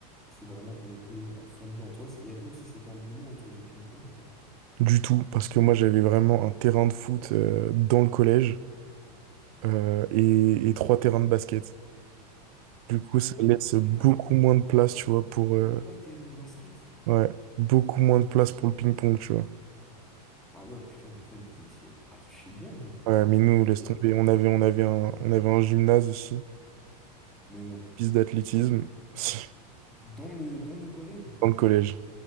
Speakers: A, in the centre; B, on the right.
A: c'est vraiment qu'on était à fond dedans. Toi, il y avait aussi cet engouement autour du ping-pong ou pas?
B: du tout, parce que moi j'avais vraiment un terrain de foot euh, dans le collège euh, et, et trois terrains de basket. Du coup,
A: Ok,
B: ça laisse beaucoup
A: putain,
B: moins de place, tu vois, pour... euh,
A: trois terrains de basket?
B: ouais, beaucoup moins de place pour le ping-pong, tu vois.
A: Ah ouais, putain, en fait, vous étiez archi bien, vous.
B: Ouais, mais nous, laisse
A: Mais,
B: tomber. On avait, on avait un, on avait un gymnase aussi,
A: mais non.
B: piste d'athlétisme, <laughs>
A: Dans le, dans le collège?
B: dans le collège.